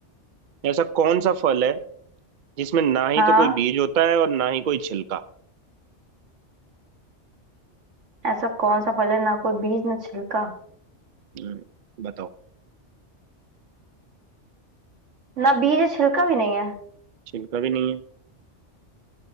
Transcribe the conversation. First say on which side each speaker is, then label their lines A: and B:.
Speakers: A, on the right (about 55°); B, on the right (about 80°).
A: ऐसा कौन सा फल है जिसमें ना ही
B: हाँ
A: तो कोई बीज होता है और ना ही कोई छिलका
B: ऐसा कौन सा फल है ना कोई बीज ना छिलका
A: हम्म, बताओ
B: ना बीज छिलका भी नहीं है
A: छिलका भी नहीं है